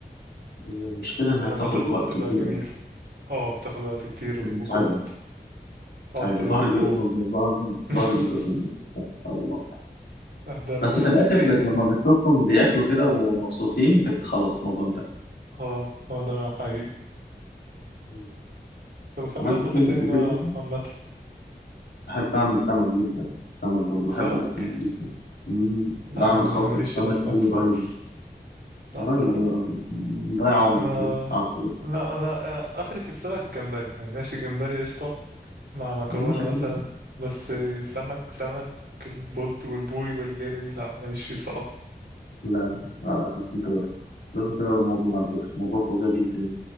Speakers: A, on the left; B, on the right.
A: هي المشكله انها
B: يعني لما
A: بتاخد
B: تظبط
A: وقت
B: تبقى
A: كبير
B: جميله
A: قوي
B: اه بتاخد وقت كتير وجهد
A: متعبه
B: تقعد
A: متعبه
B: تلف
A: ظهري بيقطم ظهري
B: <laughs>
A: ظهري بيتقطم اه والله
B: اهدى بس
A: بس في
B: تستاهل
A: الاخر ب... لما
B: يعني
A: بتشوفهم بياكلوا كده ومبسوطين بتخلص الموضوع
B: اه اه ده حقيقي
A: انتهى
B: طب بتحب
A: عملت
B: تطبخ
A: فين
B: ايه تاني
A: قبل
B: بقى
A: كده
B: عامة
A: بحب أعمل سمك جدا السمك برضه
B: سمك؟
A: بحب الأسماك جدا مم.
B: لا
A: بعمل
B: انا
A: خلطة
B: ماليش
A: سمك
B: في الاسماك
A: قلي
B: خالص
A: رهيبة
B: لا
A: يا راجل
B: لا لا
A: ليه يا راجل مم، ضيع عمرك
B: انا
A: كده على الفاضي
B: لا انا آه، اخري في السمك جمبري يعني ماشي جمبري قشطة مع مكرونة
A: ماشي
B: مثلا
A: حلو
B: بس سمك سمك البولت والبوري والليلة دي لا ماليش فيه صراحة
A: لا لا لا لا لازم تجرب لازم تجرب الموضوع ده على فكرة موضوع فظيع جدا